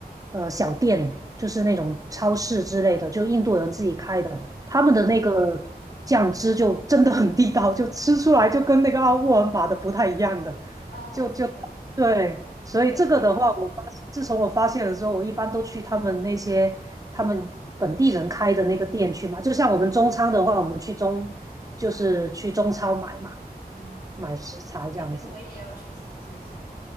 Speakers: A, on the right (about 20°); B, on the left (about 85°).
A: 呃小店，就是那种超市之类的，就印度人自己开的，他们的那个酱汁就真的很地道，
B: 嗯，
A: 就吃出来就跟那个啊沃尔玛的不太一样的。
B: 哦，
A: 就就对，
B: 是的，
A: 所以这个的话，
B: 改天，
A: 我发自从我发现了之后，我一般都去他们那些他们本地人开的那个店去嘛。就像我们中餐的话，我们去中就是去中超买嘛，
B: 嗯，对，
A: 买食材这样子。
B: 改天我也要去尝试一下。